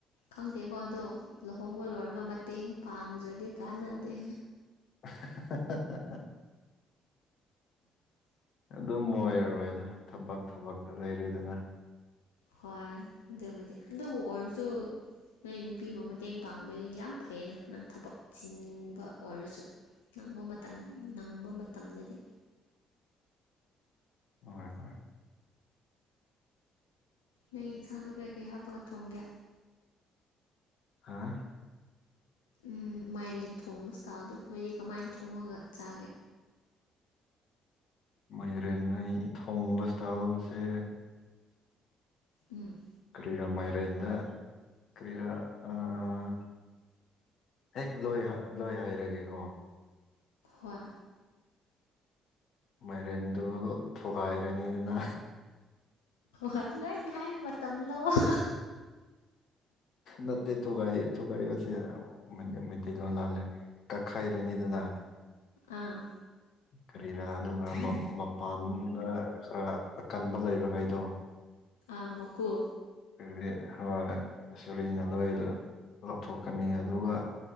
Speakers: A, on the left; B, on the left.
A: ꯈꯪꯗꯦꯀꯣ ꯑꯗꯣ ꯂꯨꯍꯣꯡꯕ ꯂꯣꯏꯔꯒ ꯃꯇꯦꯡ ꯄꯥꯡꯗ꯭ꯔꯗꯤ ꯀꯥꯟꯅꯗꯦ
B: <unintelligible> ꯑꯗꯨꯝ ꯑꯣꯏꯔꯔꯣꯏꯗ ꯊꯕꯛ ꯊꯕꯛꯇ ꯂꯩꯔꯤꯗꯅ
A: ꯍꯣꯏ ꯑꯗꯨꯕꯨꯗꯤ ꯑꯗꯨꯕꯨ ꯑꯣꯏꯔꯁꯨ ꯅꯣꯏ ꯅꯨꯄꯤꯕꯨ ꯃꯇꯦꯡ ꯄꯥꯡꯕ ꯌꯥꯝ ꯐꯩꯌꯦꯅ ꯅꯪ ꯊꯕꯛ ꯁꯤꯟꯕ ꯑꯣꯏꯔꯁꯨ ꯅꯪꯕ ꯃꯇꯝ ꯅꯪꯕ ꯃꯇꯝꯗꯗꯤ
B: ꯍꯣꯏ ꯍꯣꯏ
A: ꯅꯣꯏ ꯏꯟꯁꯥꯡꯗꯣ ꯀꯩꯀꯩ ꯍꯥꯞꯄꯒ ꯊꯣꯡꯒꯦ
B: ꯍꯥꯥ
A: ꯎꯝ ꯃꯥꯏꯔꯦꯟ ꯊꯣꯡꯕ ꯏꯁ꯭ꯇꯥꯜꯗꯣ ꯅꯣꯏꯗꯤ ꯀꯃꯥꯏ ꯊꯣꯡꯉꯥꯒ ꯆꯥꯒꯦ
B: ꯃꯩꯔꯦꯟ ꯑꯩ ꯊꯣꯡꯕ ꯏꯁꯇꯥꯜꯏꯁꯦ
A: ꯎꯝ
B: ꯀ꯭ꯔꯤꯔꯥ ꯃꯥꯏꯔꯦꯟꯗ ꯀ꯭ꯔꯤꯔꯥ ꯑꯥ ꯍꯦꯛ ꯂꯣꯏ ꯂꯣꯏ ꯍꯥꯏꯔꯒꯦꯀꯣ
A: ꯍꯣꯏ
B: ꯃꯥꯏꯔꯦꯟꯗꯣ ꯊꯨꯒꯥꯏꯔꯅꯤꯗꯅ
A: ꯍꯣꯏ ꯂꯣꯏꯅ ꯍꯥꯏꯌꯨ ꯃꯇꯝ ꯂꯧꯑꯣ
B: ꯅꯠꯇꯦ ꯊꯨꯒꯥꯏ ꯊꯨꯒꯥꯏꯕꯁꯦ ꯃꯩꯇꯩꯂꯣꯟ ꯂꯥꯜꯂꯦ ꯀꯛꯈꯥꯏꯔꯅꯤꯗꯥꯅ
A: ꯑꯥ
B: ꯀꯔꯤꯔꯥ ꯑꯗꯨꯒ ꯃꯄꯥꯟꯗ ꯈꯔ ꯑꯀꯟꯕ ꯂꯩꯕꯈꯩꯗꯣ
A: ꯑꯥ ꯃꯀꯨ
B: ꯍꯥꯏꯗꯤ ꯍꫭꯏ ꯁꯨꯔꯤꯅ ꯂꯣꯏ ꯂꯧꯊꯣꯛꯀꯅꯤ ꯑꯗꯨꯒ꯫